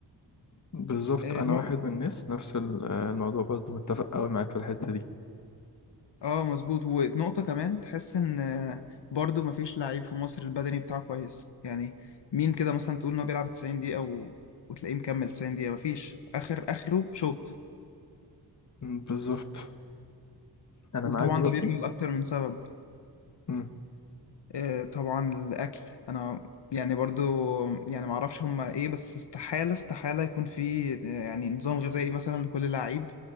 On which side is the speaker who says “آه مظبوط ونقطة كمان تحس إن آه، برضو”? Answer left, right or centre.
Left